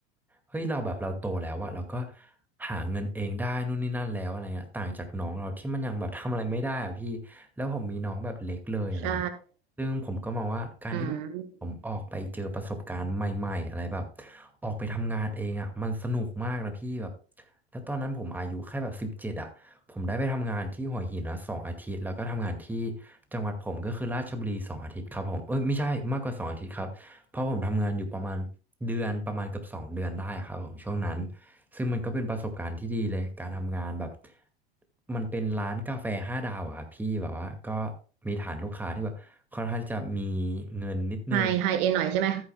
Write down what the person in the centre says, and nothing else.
เฮ้ยเราแบบเราโตแล้วอะเราก็หาเงินเองได้นู่นนี่นั่นแล้วอะไรเงี้ยต่างจากน้องเราที่มันยังแบบทำอะไรไม่ได้อะพี่แล้วผมมีน้องแบบเล็กเลยอะไรเงี้ย
ซึ่งผมก็มองว่าการที่แบบผมออกไปเจอประสบการณ์ใหม่ๆอะไรแบบ
ออกไปทำงานเองอ่ะมันสนุกมากนะพี่แบบแล้วตอนนั้นผมอายุแค่แบบสิบเจ็ดอ่ะผมได้ไปทำงานที่หัวหินนะสองอาทิตย์แล้วก็ทำงานที่จังหวัดผมก็คือราชบุรีสองอาทิตย์ครับผมเอ้ยไม่ใช่มากกว่าสองอาทิตย์ครับ เพราะผมทำงานอยู่ประมาณเดือนประมาณเกือบสองเดือนได้อะครับผมช่วงนั้นซึ่งมันก็เป็นประสบการณ์ที่ดีเลยการทำงานแบบมันเป็นร้านกาแฟห้าดาวอะครับพี่แบบว่าก็มีฐานลูกค้าที่แบบค่อนข้างจะมีเงินนิดนึง